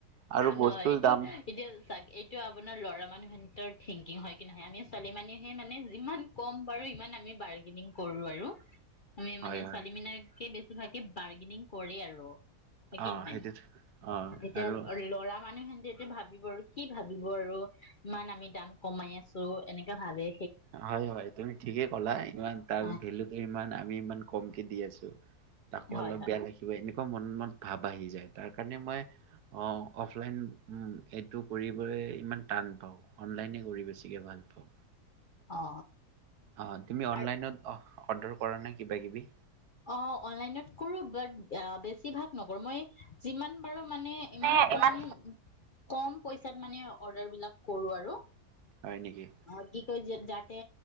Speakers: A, on the right; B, on the left.
A: আৰু
B: নহ
A: বস্তুৰ
B: এইটো
A: দাম
B: এতিয়া চাওক এইটো আপোনাৰ লৰা মানুহৰ ভিতৰত থিংকিং হয় নহে আমি ছোৱালী মানুহে মানে যিমান কম কৰে ইমান আমি বাৰ্গেনিং কৰোৱে ন আৰু আমি
A: হয়
B: মানে
A: হয়
B: ছোৱালী মানে বেছি কিভাগে বাৰ্গেনিং কৰে আৰু হয় কি
A: অ
B: নহয়
A: সেইটো অ
B: এতিয়া
A: আৰু
B: ল'ৰা মানুহে যিহেতু ভাৱিব আৰু কি ভাৱিব আৰু ইমান আমি দাম কমাই আছো এনেকা ভাৱে
A: হয় হয় তুমি ঠিকেই ক'লা ইমান তাৰ
B: অ
A: ভেলু ত ইমান আমি ইমান কমকে দি আছো। তাকো
B: হয়
A: অলপ
B: হয়
A: বেয়া লাগিব এনেকোৱা মন মত ভাৱ আহি যায় তাৰ কাৰণে মই অফলাইন এইটো কৰিবলৈ ইমান টান পাওঁ অনলাইনে কৰি বেছিকে ভাল পাওঁ।
B: অ
A: অ তুমি অনলাইনত
B: আৰু
A: অ অৰ্ডাৰ কৰা নাই কিবা কিবি
B: অ অনলাইনত কৰো বাট বেছিভাগ নকৰো মই যিমান পাৰো মানে ইমানেই
A: মানে
B: কম
A: ইমান
B: কম পইচা মানে অৰ্ডাৰ বিলাক কৰো আৰু
A: হয় নেকি
B: আৰু কি কৈ জাত